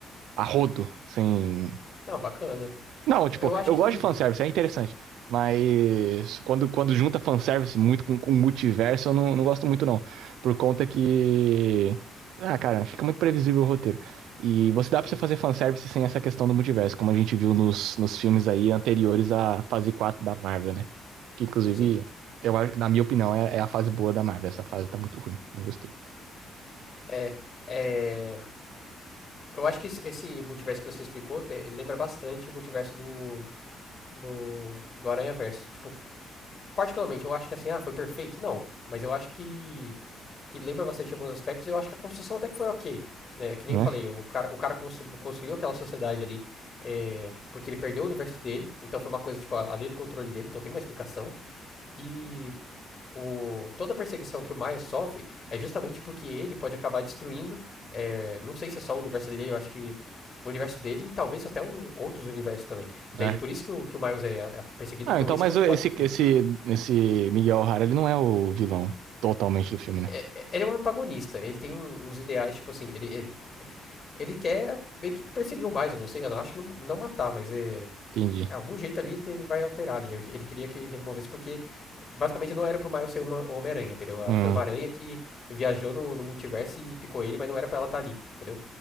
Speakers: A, on the right; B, on the left.
A: a rodo, sem
B: não, bacana.
A: não, tipo,
B: Eu acho
A: eu
B: que.
A: gosto de fanservice, é interessante. Mas quando, quando junta fanservice muito com, com multiverso, eu não, não gosto muito, não. Por conta que. Ah, cara, fica muito previsível o roteiro. E você dá pra
B: Sim,
A: você fazer fanservice sem essa questão do multiverso, como a gente viu nos, nos filmes aí anteriores à fase 4 da Marvel, né? Que inclusive,
B: sim.
A: eu, acho- na minha opinião, é, é a fase boa da Marvel. Essa fase tá muito ruim, não gostei.
B: É, é, eu acho que esse- esse multiverso que você explicou te- lembra bastante o multiverso do, do, do Aranha Verso. Tipo, particularmente, eu acho que assim, ah, foi perfeito. Não, mas eu acho que que lembra bastante alguns aspectos, e eu acho que a construção até que foi ok. Né? É Que nem
A: Né?
B: eu falei, o cara, o cara construiu aquela sociedade ali é, porque ele perdeu o universo dele, então foi uma coisa, tipo, além do controle dele, então tem uma explicação. E o, toda a perseguição que o Miles sofre é justamente porque ele pode acabar destruindo, é, não sei se é só o universo dele, eu acho que o universo dele e talvez até os outros universos também. E
A: né?
B: daí por isso que o, que o Miles é, é perseguido,
A: Ah,
B: então
A: então,
B: esse
A: mas
B: que é o
A: esse,
B: plot do filme.
A: esse, esse Miguel O'Hara, ele não é o vilão totalmente do filme, né?
B: É- é- ele é um antagonista, ele tem um- uns ideais, tipo assim, ele, ele Ele quer meio que perseguir o mais, eu não sei, eu não acho que não, não matar, mas é.
A: Entendi.
B: Algum jeito ali ele, te- ele vai alterar ali. Ele queria que removesse, porque basicamente não era pro Miles ser uma Homem-Aranha, entendeu? Ah,
A: Hum,
B: Foi uma aranha que viajou no, no multiverso e picou ele, mas não era pra ela estar ali, entendeu?